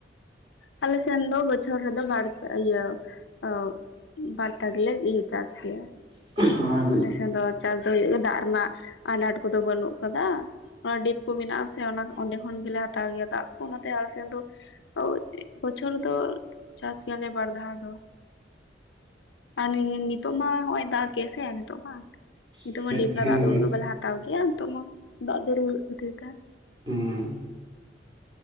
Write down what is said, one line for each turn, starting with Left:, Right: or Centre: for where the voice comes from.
Left: ᱟᱞᱮ ᱥᱮᱱ ᱫᱚ ᱵᱚᱪᱷᱚᱨ ᱨᱮᱫᱚ ᱵᱟᱨᱪᱟ ᱤᱭᱟᱹ ᱟᱹ ᱵᱟᱲᱛᱟ ᱜᱮᱞᱮ ᱤᱭᱟᱹ ᱪᱟᱥ ᱜᱮᱭᱟ
Right: <inaudible>
Left: ᱟᱞᱮ ᱥᱮᱫ ᱫᱚ ᱪᱟᱥ ᱫᱚ ᱦᱩᱭᱩᱜ ᱜᱮ ᱫᱟᱜ ᱨᱮᱱᱟᱜ ᱟᱱᱟᱴ ᱠᱚᱫᱚ ᱵᱟᱹᱱᱩᱜ ᱠᱟᱫᱟ, ᱚᱱᱟ ᱰᱤᱯ ᱠᱚ ᱢᱮᱱᱟᱜ ᱟᱥᱮ ᱚᱸᱰᱮ ᱠᱷᱚᱱ ᱜᱮᱞᱮ ᱦᱟᱛᱟᱣ ᱜᱮᱭᱟ ᱫᱟᱜ ᱠᱚ ᱚᱱᱟᱛᱮ ᱟᱞᱮ ᱥᱮᱫ ᱫᱚ <unintelligible> ᱵᱚᱪᱷᱚᱨ ᱫᱚ ᱪᱟᱥ ᱜᱮᱭᱟᱞᱮ ᱵᱟᱨ ᱫᱷᱟᱣ ᱫᱚ ᱟᱨ ᱱᱤᱛᱚᱜ ᱢᱟ ᱦᱚᱜ-ᱚᱭ ᱫᱟᱜ ᱜᱮᱜᱟ ᱥᱮ ᱱᱤᱛᱚᱜ ᱢᱟ ᱱᱤᱛᱚᱜ
Right: ᱦᱟᱸᱜ
Left: ᱢᱟ <unintelligible> ᱫᱟᱜ ᱫᱚ ᱩᱱᱟᱹᱜ
Right: ᱦᱮᱸ
Left: ᱫᱚ ᱵᱟᱞᱮ <unintelligible> ᱦᱟᱛᱟᱣ ᱜᱮᱭᱟ ᱱᱤᱛᱚᱜ ᱢᱟ ᱫᱟᱜ <inaudible> ᱠᱷᱟᱛᱤᱨ ᱛᱮ
Right: ᱦᱩᱸ